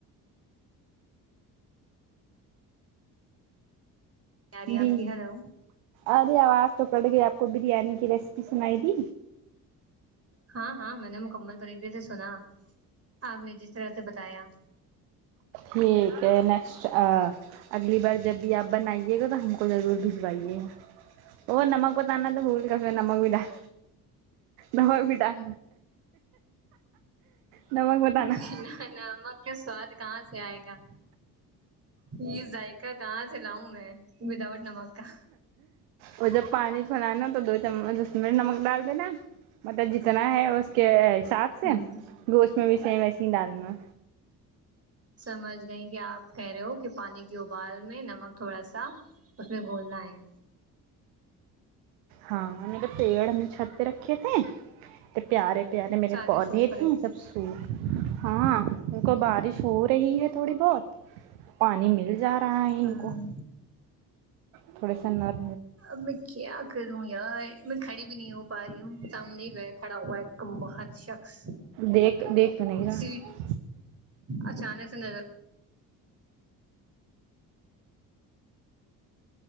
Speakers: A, on the right; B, on the right.
A: بریانی
B: بھی
A: آپ کی ہیلو
B: ارے آواز تو کٹ گئی آپ کو بریانی کی ریسیپی سنائی دی
A: ہاں ہاں میں نے مکمل طریقے سے سنا آپ نے جس طرح سے بتایا
B: یہ کہ نیکسٹ اگلی بار جب بھی آپ بنائیے گا تو ہم کو ضرور بھجوائیے گا او نمک بتانا تو بھول گئے نمک بھی ڈال نمک بھی ڈال نمک بتانا
A: جی نانمک کے سواد کہاں سے آئے گا یہ ذائقہ کہاں سے لاؤں میں وداؤٹ نمک <unintelligible>
B: اور جب پانی کھولانا تو دو چمچ دس منٹ نمک ڈال دینا مطلب جتنا ہے اس کے حساب سے
A: ہ
B: گوشت میں بھی سیم وسے ہی ڈالنا
A: سمجھ گئ کہ آپ کہہ رہے ہو کہ پانی کی ابال میں نمک تھوڑا سا اس میں گھولنا ہے
B: ہاں میرے پیڑ ہم نے چھت پہ رکھے تھے تو پیارے پیارے میرے
A: سارے
B: پودے
A: سوکھ رہے
B: تھے سب سو ہاں ان کو بارش ہو رہی ہے تھوڑی بہت پانی مل جا رہا ہے ان
A: ہ
B: کو تھوڑی س ان نر
A: اب میں کیا کروں یار میں کھڑی بھی نہیں ہو پا رہی ہوں سامنے کھڑا ہوا ہے کم بخت شخص
B: دیکھ دیکھ تو نہیں رہا
A: سیٹ اچانک سے نظر